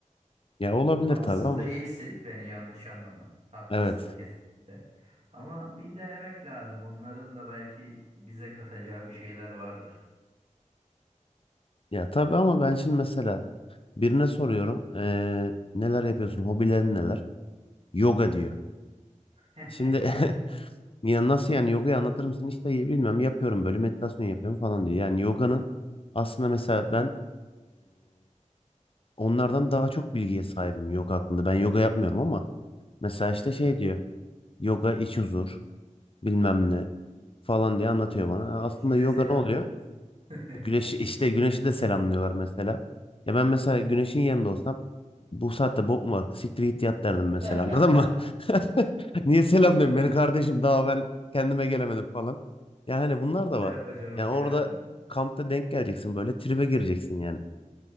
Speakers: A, on the left; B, on the right.
A: Ya olabilir
B: Haksız
A: tabii ama
B: değilsin, beni yanlış anlama. Haklısın
A: evet.
B: kesinlikle. Ama bir denemek lazım. Onların da belki bize katacağı bir şeyler vardır.
A: Ya tabii ama ben şimdi mesela birine soruyorum eee, neler yapıyorsun, hobilerin neler? Yoga diyor.
B: <laughs>
A: Şimdi <laughs> ya nasıl yani yogayı anlatır mısın? İşte bilmem yapıyorum böyle meditasyon yapıyorum falan diyor. Yani yoganın aslında mesela ben Onlardan daha çok bilgiye sahibim yoga hakkında. Ben yoga yapmıyorum ama mesela işte
B: Evet.
A: şey diyor. Yoga iç huzur bilmem ne falan diye anlatıyor bana.
B: Güneşi
A: Aslında
B: de
A: yoga
B: selamlıyor
A: ne oluyor?
B: musun? <laughs>
A: Güneşi <laughs> işte güneşi de selamlıyorlar mesela. Ya ben mesela
B: Evet.
A: güneşin yerinde olsam bu saatte bok mu var? Siktir git yat derdim
B: <laughs>
A: mesela anladın mı? <laughs> Niye selam diyorsun beni kardeşim daha ben kendime gelemedim falan. Ya hani bunlar da
B: Merhaba
A: var.
B: canım
A: Yani orada
B: filan.
A: kampta denk geleceksin böyle tribe gireceksin yani.